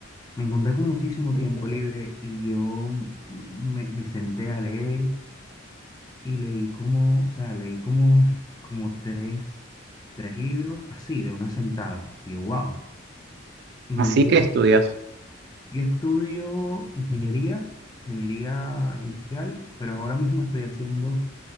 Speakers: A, on the left (about 20°); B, on the right (about 55°).
A: me encontré con muchísimo tiempo libre y yo mm, me, me senté a leer y leí como, o sea, leí como, <laughs> como tres, tres libros así, de una sentada. Y yo, wow. Y me
B: Así
A: di cuenta,
B: que estudias.
A: yo estudio ingeniería, ingeniería industrial, pero ahora mismo estoy haciendo